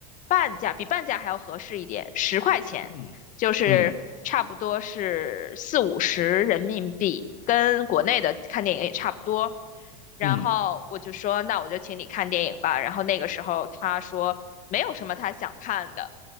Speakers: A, on the left; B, on the left.
A: 半价，比半价还要合适一点，十块钱，
B: 嗯嗯
A: 就是差不多是四五十人民币，跟国内的看电影也差不多。然后我就说，
B: 嗯
A: 那我就请你看电影吧。然后那个时候他说没有什么他想看的，